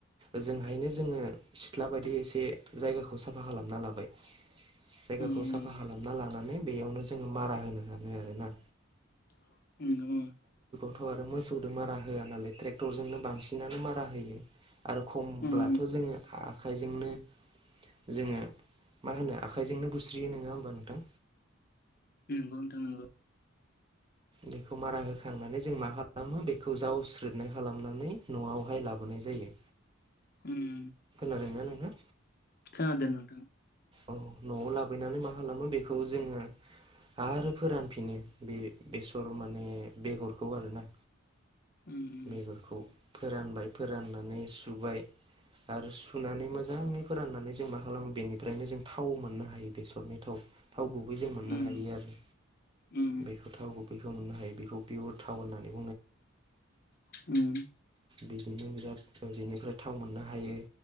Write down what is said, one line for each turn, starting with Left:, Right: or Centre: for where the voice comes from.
Right: ओजोंहायनो जोङो सिथ्ला बायदि एसे जायगाखौ साफा खालामना लाबाय जायगाखौ
Left: उम
Right: साफा
Left: नंगौ
Right: खालामना लानानै बेयावनो जोङो मारा होनो हागोन बे आरो ना
Left: न
Right: दाथ' आरो मोसौो मारा होआ नालाय ट्रेक्टरजोंनो बांसिनानो मारा होयो आरो खमब्लाथ'
Left: उम उम
Right: जोङो आखाइजोंनो जोङो मा होनो आखाइजोंनो बुस्रियो नोङा होमबा नोंथां
Left: नंगौ नोंथां नंगौ
Right: बेखौ मारा होखांनानै जों मा खालामो बेखौ जावस्रोदनाय खालामनानै न'आवहाय लाबोनाय जायो
Left: उम
Right: जादोंना नोंथां
Left: खोनादों नोंथां
Right: औ न'आव लाबोनानै मा खालामो बेखौ जोङो आरो फोरानफिनो बे बेसर माने बेगरखौ आरोना
Left: उम उम
Right: बेगरखौ फोरानबाय फोराननानै सुबाय आरो सुनानै मोजाङै फोराननानै जों मा खालामो बेनि जों थाव मोननो हायो बेसरनि थाव थाव गुबै जों मोननो
Left: उम
Right: हायो आरो
Left: उम
Right: बेखौ थाव गुब बेखौ मोननो हायो बेखौ पियर थाव होननानै
Left: उम
Right: बि बिराद बेनिफ्राय थाव मोननो हायो